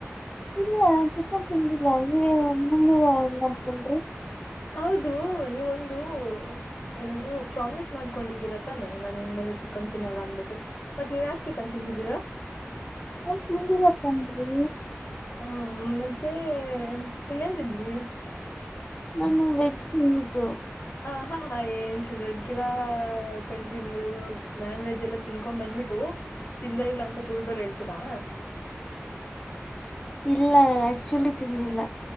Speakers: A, on the left; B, on the left.
A: ಇಲ್ಲ ಚಿಕನ್ ತಿಂದಿಲ್ಲ ನೀವೇ ನೀವ್ನೀವೆ ಹೆಂಗ್ ಅನ್ಕೊಂಡ್ರಿ
B: ಹೌದು ನೀವೊಂದು ಏನದೂ ಪ್ರಾಮಿಸ್ ಮಾಡ್ಕೊಂಡಿದ್ದೀರಾ ತಾನೆ ನಾನ ಇನ್ಮೇಲೆ ಚಿಕನ್ ತಿನ್ನಲ್ಲ ಅಂದ್ಬಿಟ್ಟು ಮತ್ ನೀವ್ಯಾಕೆ ಚಿಕನ್ ತಿಂದಿದ್ದೀರಾ.
A: ನಾನ್ ತಿಂದಿಲ್ಲ ಕಣ್ರೀ
B: ಹ್ಮು ಮತ್ತೇ ಇನ್ನೆನ್ ತಿಂದ್ರಿ
A: ನಾನು ವೆಜ್ ತಿನ್ನೋದು.
B: ಹ ಹಾ ಹಾ ಏನ್ ಸುಳ್ಳೇಳ್ತೀರಾ ಕಣ್ರಿ ನೀವು ನಾನ್ ವೆಜ್ ಎಲ್ಲ ತಿನ್ಕೊಂಡ್ ಬಂದುಬಿಟ್ಟು ತಿಂದೇ ಇಲ್ಲ ಅಂತ ಸುಳ್ ಬೇರೆ ಹೇಳ್ತೀರಾ
A: ಇಲ್ಲಾ ಆಕ್ಚುಲಿ ತಿಂದಿಲ್ಲ.